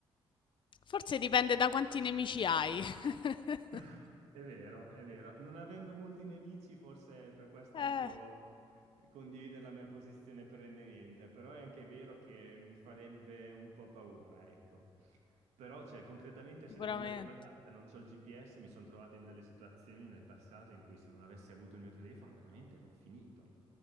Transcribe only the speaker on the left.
Forse dipende da quanti nemici hai. <laughs>
Eh,
sicuramente.